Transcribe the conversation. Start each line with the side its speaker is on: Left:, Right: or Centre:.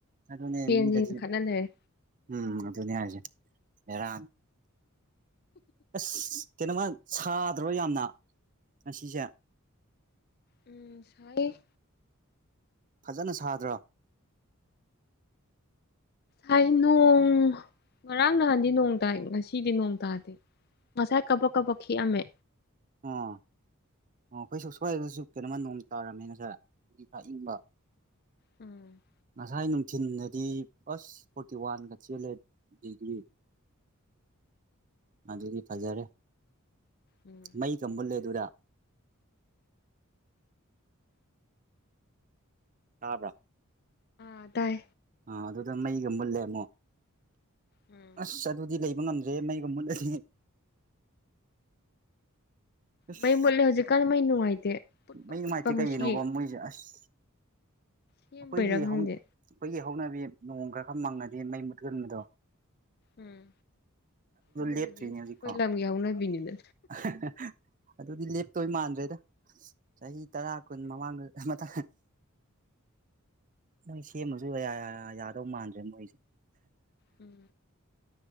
Right: ꯑꯗꯨꯅꯦ
Left: ꯐꯦꯟꯁꯤꯡꯅ
Right: ꯃꯤꯗꯗꯤ
Left: ꯈꯠꯅ ꯂꯩꯔꯦ
Right: ꯎꯝ ꯑꯗꯨꯅꯦ ꯍꯥꯏꯁꯦ ꯕꯦꯔꯥ ꯑꯁ ꯀꯩꯅꯣꯃ ꯁꯥꯗ꯭ꯔꯣ ꯌꯥꯝꯅ ꯉꯁꯤꯁꯦ
Left: ꯎꯝ ꯁꯥꯏ
Right: ꯐꯖꯅ ꯁꯥꯗ꯭ꯔꯣ
Left: ꯍꯥꯏ ꯅꯣꯡ ꯉꯔꯥꯡ ꯅꯍꯥꯟꯗꯤ ꯅꯣꯡ ꯇꯥꯏ ꯉꯁꯤꯗꯤ ꯅꯣꯡ ꯇꯥꯗꯦ ꯃꯁꯥꯏ ꯀꯥꯕꯛ ꯀꯥꯕꯛ ꯈꯤꯛ ꯑꯃꯝꯃꯦ
Right: ꯑꯥ ꯑꯣ ꯑꯩꯈꯣꯏꯁꯨ ꯁ꯭ꯋꯥꯏꯗꯁꯨ ꯀꯩꯅꯣꯝꯃ ꯅꯣꯡ ꯇꯥꯔꯝꯃꯦ ꯉꯁꯥꯢ ꯑꯗꯨꯒꯤ ꯈꯔ ꯑꯤꯡꯕ
Left: ꯎꯝ
Right: ꯉꯁꯥꯏ ꯅꯨꯡꯊꯤꯟꯗꯗꯤ ꯑꯁ ꯐꯣꯔꯇꯤ ꯋꯥꯟꯒ ꯆꯦꯜꯂꯦ ꯗꯤꯒ꯭ꯔꯤ ꯑꯗꯨꯗꯤ ꯐꯖꯔꯦ
Left: ꯎꯝ
Right: ꯃꯩꯒ ꯃꯨꯠꯂꯦ ꯑꯗꯨꯗ ꯇꯥꯕ꯭ꯔꯥ
Left: ꯑꯥ ꯇꯥꯢ
Right: ꯑꯥ ꯑꯗꯨꯗ ꯃꯩꯒ ꯃꯨꯠꯂꯦ ꯑꯃꯨꯛ
Left: ꯎꯝ
Right: ꯑꯁ ꯑꯗꯨꯗꯤ ꯂꯩꯕ ꯉꯝꯗ꯭ꯔꯦꯍꯦ ꯃꯩꯒꯥ ꯃꯨꯠꯂꯗꯤ ꯑꯁ
Left: ꯃꯩ ꯃꯨꯠꯂꯦ ꯍꯧꯖꯤꯛꯀꯥꯟ ꯃꯩ ꯅꯨꯡꯉꯥꯏꯇꯦ ꯄꯨꯠꯄ
Right: ꯃꯩ ꯅꯨꯡꯉꯥꯢꯇꯦ
Left: ꯄꯨꯠꯄ ꯉꯁꯤ
Right: ꯀꯩꯒꯤꯅꯣꯀꯣ ꯃꯣꯏꯁꯦ ꯑꯁ
Left: ꯁꯦꯝꯕꯩꯔꯥ
Right: ꯑꯩꯈꯣꯏꯒꯤ
Left: ꯈꯪꯗꯦ
Right: ꯍꯧ ꯑꯩꯈꯣꯏꯒꯤ ꯍꯧꯅꯕꯤ ꯅꯣꯡ ꯈꯔ ꯈꯔ ꯃꯪꯉꯗꯤ ꯃꯩ ꯃꯨꯠꯀꯟꯕꯤꯗꯣ
Left: ꯎꯝ ꯑꯗꯨꯕꯨꯗꯤ
Right: ꯂꯦꯞꯇ꯭ꯔꯤꯅꯦ ꯍꯧꯖꯤꯛꯐꯥꯎ
Left: ꯈꯣꯏ ꯂꯝꯒꯤ ꯍꯧꯅꯥꯕꯤꯅꯤꯗ
Right: <unintelligible> ꯑꯗꯨꯗꯤ ꯂꯦꯞꯇꯣꯏ ꯃꯥꯟꯗ꯭ꯔꯦꯗ ꯆꯍꯤ ꯇꯔꯥ ꯀꯨꯟ ꯃꯃꯥꯡꯗ ꯑ ꯃꯇ ꯅꯣꯏ ꯁꯦꯝꯃꯁꯨ ꯌꯥꯌꯥ ꯌꯥꯗꯧ ꯃꯥꯟꯗ꯭ꯔꯦ ꯃꯣꯏꯖꯦ
Left: ꯎꯝ